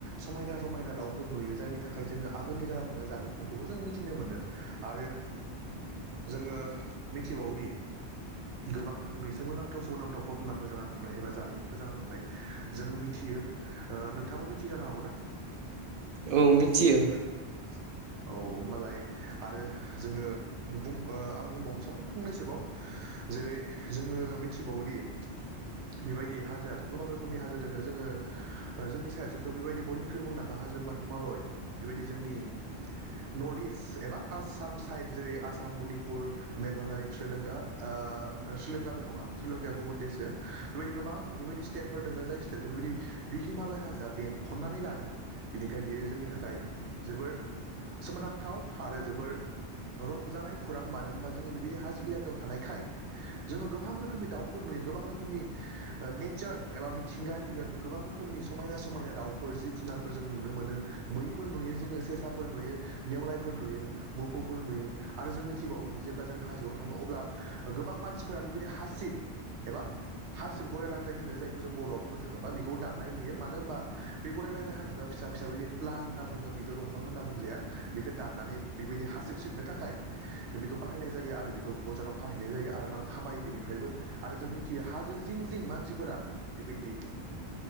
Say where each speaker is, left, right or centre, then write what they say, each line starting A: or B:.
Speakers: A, on the right; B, on the right.
A: समायना रमायना दाउफोर नुयो जायनि थाखाय जोङो आगोलनि जाना थांनाय जारिमिनफोरखौबो जों मिथिनो मोनो आरो जोङो मिथिबावोदि गोबां सोमोनांथाव सोमोनांथाव घटनाफोर जानानै थांनाय एबा जारिमिनफोर जाना थांनाय जोङो मिथियो नोंथांआबो मिथियो जानो हागौना
B: औ मिथियो
A: <inaudible> औ होनबालाय आरो जोङो बुं आं बुंबावनो सानदों फंनैसोबाव जेरै जोङो मिथिबावोदि
B: <inaudible>
A: बेबायदि हाजोआथ' गोबां रोखोमनि हाजो दोङो जोङो जोंनि साइडथिंथ' बेबायदि बयनिख्रुइ मुंदांखा होनबा हिमालय बेबायदि जोंनि नर्थ इस्ट एबा आसाम साइड जेरै आसाम मनिपुर मेघालय श्रीलंका ओ <unintelligible> नङा शीलंकाया गुबुन देशसो बेबायदि गोबां बेबायदि स्टेटफोर दङ जाय स्टेटखौ बेबायदि बि हिमालय हाजोआ बेंखननानै लादों बेनिखायनो बे बियो जोंनि थाखाय जोबोर सोमोनांथाव आरो जोबोर रंजानाय खौरां मानो होनबा जोंङो बेबायदि हाजो एलकायाव थानायखाय जोङो गोबां रोखोमनि दाउफोर नु गोबां रोखोमनि
B: <inaudible>
A: नेचार एबा मिथिंगानि बे गोबां रोखोमनि समायना समायना दाउफोर जिब जुनारफोर जों नुनो मोनो मैफोर नुयो जोंङो सेसाफोर नुयो नेवलायफोर नुयो मोफौफोर नुयो आरो जों मिथिबावदि जेब्ला जों हाजोआव थांङो अब्ला गोबां मानसिफोरानो बेबायदि हासिब एबा हासिब गरराय लानजाय होनो जायखौ जों बर'आव बुंनो थांङोबा बेखौ दाननाय नुयो मानो होनबा बे गरराय लानजाय हासिबा फिसा फिसा बिदि प्लान होनना बुंङो बिथ' दंफां होनना बुंजाया बेखौ दाननानै बेबायदि हासिब सिबनो थाखाय बेखौ बाहायनाय जायो आरो बेखौ बाजाराव फानहैनाय जायो आरो रां खामायो बेनिफ्रायबो आरो जों नि थि हाजो जिं जिं मानसिफोरा बेबायदि